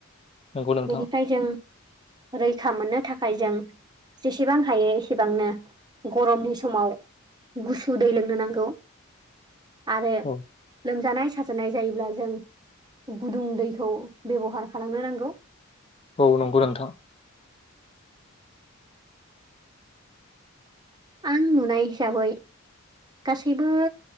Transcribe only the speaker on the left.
नंगौ नोंथां
औ
औ नंगौ नोंथां।